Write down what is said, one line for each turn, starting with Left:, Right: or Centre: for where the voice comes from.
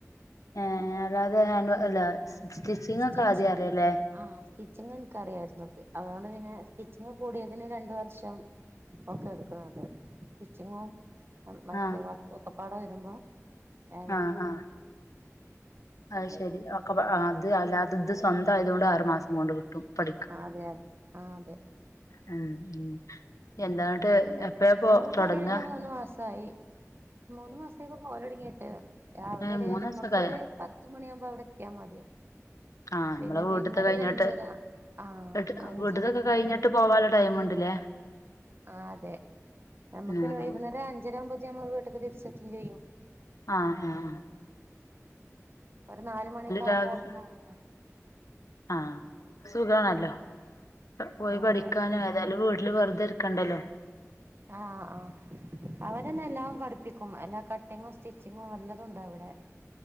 Left: ഏ അല്ലാതെ ഹാൻഡ് വ അല്ല
Right: ആഹ്
Left: സ്റ്റിച്ചിങ്
Right: സ്റ്റിച്ച്
Left: ഒക്കെ ആദ്യം അറിയലേ
Right: ആഹ് സ്റ്റിച്ചിങ് ൻക്കറിയായിര്ന്നു പി അതോണ്ട് പിന്നെ സ്റ്റിച്ചിങ്ങ് കൂടിയതിന് രണ്ട് വർഷം ഒക്കെ എടുക്ക അതെ സ്റ്റിച്ചിങ്ങും മറ്റേ
Left: ആ
Right: വർക്കും ഒക്കെപ്പാടെ വരുമ്പോ ആഹ്
Left: ആ ആ ആ അത്ശരി ഒക്കെപാ ആ ത് അല്ലാത്തത് സ്വന്തം ആയതുകൊണ്ട് ആറുമാ ണ്ട് കിട്ടും പഠിക്ക
Right: അതെ അതെ ആഹ് അതെ
Left: ഉം എന്താട്ട് എപ്പഴാ പോ
Right: ഞാനിപ്പോ
Left: തൊടങ്ങ
Right: പോവലൊടങ്ങീട്ട് <unintelligible> മൂന്ന് മാസത്തേക്ക് പോവലൊടങ്ങിയിട്ട് രാവിലെ
Left: ഏ
Right: ഒരു
Left: മൂന്നാസൊക്കായോ
Right: ഞമ്മക്കൊരു പത്തു മണിയാവുമ്പോ അവിടെ എത്തിയാ മതി
Left: ആ നമ്മള
Right: പിന്നെ
Left: വീട്ടത്തെ
Right: വൈകുന്നേരം
Left: കഴിഞ്ഞിട്ട്,
Right: ഒരു അഞ്ചര ആഹ്
Left: വീട്ട്
Right: അഞ്ചരൊക്കെ
Left: വീട്ടത്തൊക്കെ കഴിഞ്ഞിട്ട് പോവാനെള്ള ടൈമെണ്ടല്ലേ?
Right: ആ അതെ നമുക്ക്ന്നെ
Left: ആഹ്
Right: വൈകുന്നേരം അഞ്ചര ആകുമ്പോ ഞമ്മള് വീട്ടക്ക്‌ തിരിച്ചെത്തേം ചെയ്യും
Left: ആ ആ
Right: ഒരു നാല് മണിയൊക്കെ ആവുമ്പോ
Left: രാവി
Right: അവിടുന്നെർങ്ങാം.
Left: ആഹ് സുഖാണല്ലോ. പോയി
Right: ആഹ്
Left: പഠിക്കാന
Right: അതെ
Left: ഏതായാലും വീ ട്ടില് വെറുതെരിക്കണ്ടല്ലോ
Right: ആ ആ അവരന്നെ എല്ലാം പഠിപ്പിക്കും എല്ലാം കട്ട് കട്ടിങ്ങോ സ്റ്റിച്ചിങ്ങോ വല്ലതുണ്ടോ അവിടെ